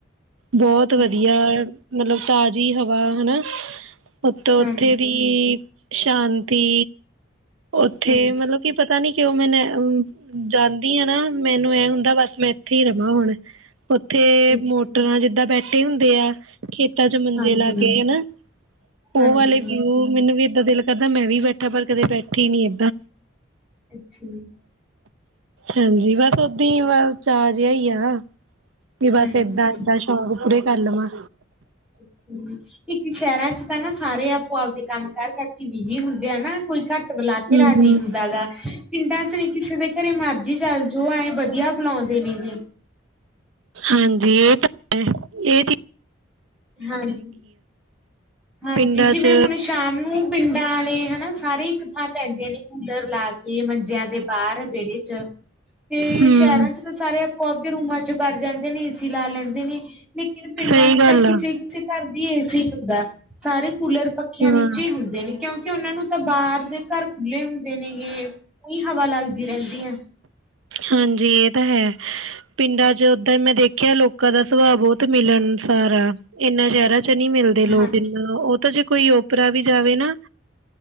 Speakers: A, on the right; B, in the centre.
A: ਬਹੁਤ
B: ਹਾਂਜੀ।
A: ਵਧੀਆ ਮਤਲਬ ਤਾਜ਼ੀ ਹਵਾ ਹਨਾ ਪਤੋ
B: ਹਾਂਜੀ,
A: ਉੱਥੇ ਦੀ ਸ਼ਾਂਤੀ ਉੱਥੇ
B: ਹਾਂਜੀ,
A: ਮਤਲਬ ਕੀ ਪਤਾ ਨੀ ਕਿ ਉਹ ਮੈਨ ਜਾਂਦੀ ਆ ਨਾ ਮੈਨੂੰ ਇਹ ਬਸ ਮੈਂ ਇੱਥੇ ਹੀ ਰਵਾਂ ਹੁਣ ਉੱਥੇ
B: ਅੱਛਾ,
A: ਮੋਟਰਾਂ ਜਿੱਦਾਂ ਬੈਠ ਹੁੰਦੇ ਆ ਖੇਤਾਂ ਚ ਮੰਜੇ
B: ਹਾਂਜੀ।
A: ਲਾ ਕੇ ਹਨਾ ਉਹ
B: ਹਾਂਜੀ,
A: ਵਾਲੇ ਵੀਊ ਮੈਨੂੰ ਵੀ ਏਦਾਂ ਦਿਲ ਕਰਦਾ ਮੈਂ ਵੀ ਬੈਠਾ ਪਰ ਕਦੇ ਬੈਠੇ ਬੈਠੀ ਨੀ ਆ
B: ਅੱਛਾ
A: ਹਾਂਜੀ ਬਸ ਉਦਾਂ ਚਾ ਜਿਹਾ ਹੀ ਆ ਵੀ ਬਸ
B: ਹਾਂਜੀ।
A: ਏਦਾਂ- ਏਦਾਂ ਸ਼ੌਕ ਪੂਰੇ- ਕਰ ਲਾਵਾਂ।
B: ਅੱਛਾ- ਇੱਕ ਸ਼ਹਿਰਾਂ 'ਚ ਤਾਂ ਨਾ ਸਾਰੇ ਆਪੋ ਆਪਦੇ ਕੰਮ ਕਾਰ ਕਰਕੇ ਬਿਜੀ ਹੁੰਦੇ ਆ ਨਾ। ਕੋਈ ਘੱਟ- ਬੁਲਾ
A: ਹਮ
B: ਕੇ ਰਾਜੀ
A: ਹਮ
B: ਹੁੰਦਾ ਗਾ। ਪਿੰਡਾਂ 'ਚ ਵੁ ਕਿਸੇ ਦੇ ਘਰੇ ਮਰਜ਼ੀ ਚੱਲ ਜਾਓ ਆਏਂ ਵਧੀਆ ਬਲਾਉਂਦੇ ਦੇ ਨੇਗੇ।
A: ਹਾਂਜੀ ਇਹ ਤਾਂ ਹੈ। ਇਹ ਕੀ-
B: ਹਾਂਜੀ -ਹਾਂਜੀ
A: ਪਿੰਡਾਂ
B: ਜਿਵੇਂ
A: ਚ
B: ਹੁਣ ਸ਼ਾਮ ਨੂੰ- ਪਿੰਡਾਂ ਅਲੇ ਹਨਾ ਸਾਰੇ ਈ ਇੱਕ ਥਾਂ ਪੈਂਦੇ ਨੇ। ਕੁੱਲਰ ਲਾ ਕੇ ਮੰਜਿਆਂ ਦੇ ਬਾਹਰ ਵਿਹੜੇ' ਚ। ਤੇ
A: ਹਮ
B: ਸ਼ਹਿਰਾਂ 'ਚ ਤਾਂ ਸਾਰੇ- ਉਹ ਆਪ ਦੇ ਰੂਮਾਂ 'ਚ ਵੜਜਾਂਦੇ ਨੇ ਏਸੀ ਲਾ ਲੈਂਦੇ ਨੇ। ਲੇਕਿਨ ਪਿੰਡਾਂ
A: ਸਹੀ
B: 'ਚ
A: ਗੱਲ
B: ਤਾਂ-
A: ਆ
B: ਘਰ ਦੀ ਏ ਸੀ ਹੀ ਹੁੰਦਾ। ਸਾਰੇ- ਕੁੱਲਰ, ਪੱਖਿਆਂ
A: ਹਾਂ
B: ਨੀਚੇ ਹੁੰਦੇ ਨੇ। ਕਿਉਂਕਿ ਉਨਾਂ ਨੂੰ ਤਾਂ ਬਾਹਰ ਦੇ ਘਰ ਖੁੱਲ੍ਹੇ ਹੁੰਦੇ ਨੇਗੇ। ਕੋਈ ਹਵਾ ਲੱਗਦੀ ਰਹਿੰਦੀ ਐ।
A: ਹਾਂਜੀ -ਇਹ ਤਾਂ ਹੈ ਪਿੰਡਾਂ 'ਚ ਓਦਾਂ ਮੈਂ ਦੇਖਿਆ ਲੋਕਾਂ ਦਾ ਸੁਭਾਅ ਬਹੁਤ ਮਿਲਣਸਾਰ ਆ। ਇਹਨਾਂ ਸ਼ਹਿਰਾਂ ਚ- ਚ ਨਹੀਂ ਮਿਲਦੇ ਲੋਕ
B: ਹਾਂਜੀ
A: ਇਨਾ। ਕਦੇ ਕੋਈ ਓਪਰਾ ਵੀ ਜਾਵੇ ਨਾ-